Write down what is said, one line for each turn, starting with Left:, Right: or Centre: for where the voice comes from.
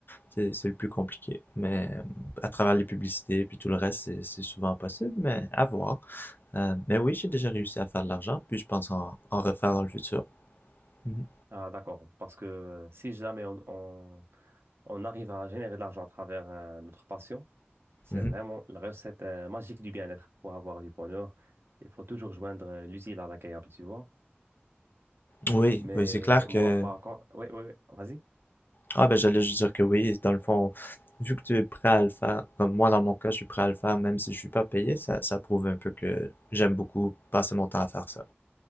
Left: C'est, c'est le plus compliqué. Mais euh, à travers les publicités, puis tout le reste, c'est, c'est souvent possible, mais à voir. Euh, mais oui, j'ai déjà réussi à faire de l'argent, puis je pense en, en refaire dans le futur. Mhm.
Right: Ah, d'accord. Parce que euh, si jamais on, on, on arrive à générer de l'argent à travers euh, notre passion, c'est
Left: Mhm.
Right: vraiment la recette euh, magique du bien-être. Pour avoir du bonheur, il faut toujours joindre euh, l'utile à l'agréable, tu vois.
Left: Oui,
Right: Mais
Left: oui, c'est clair que
Right: moi, par contre, oui, oui, oui, vas-y.
Left: Ah ben j'allais juste dire que oui, dans le fond, vu que tu es prêt à le faire, comme moi dans mon cas, je suis prêt à le faire même si je suis pas payé, ça, ça prouve un peu que j'aime beaucoup passer mon temps à faire ça.